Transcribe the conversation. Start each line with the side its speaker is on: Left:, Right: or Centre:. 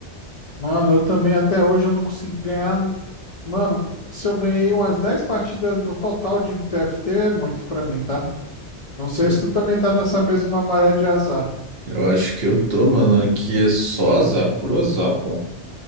Left: Mano, eu também até hoje eu não consigo ganhar. Mano, se eu ganhei umas 10 partidas no total de TFT, é muito pra mim, tá? Não sei
Right: Eu
Left: se tu também tá nessa mesma maré de azar.
Right: eu acho que eu tô, mano. Aqui é só azar por azar, pô.